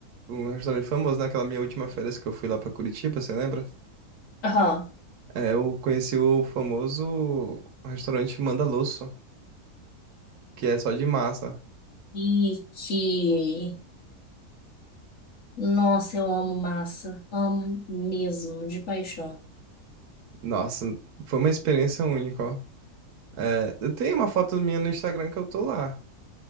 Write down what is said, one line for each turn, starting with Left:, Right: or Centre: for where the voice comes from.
Right: um restaurante famoso, naquela minha última férias que eu fui lá pra Curitiba, você lembra?
Left: Aham.
Right: É, eu conheci o famoso restaurante Mandaloso, que é só de massa.
Left: E que, nossa, eu amo massa, amo mesmo, de paixão.
Right: Nossa, foi uma experiência única, ó. É, eu tenho uma foto minha no Instagram que eu tô lá.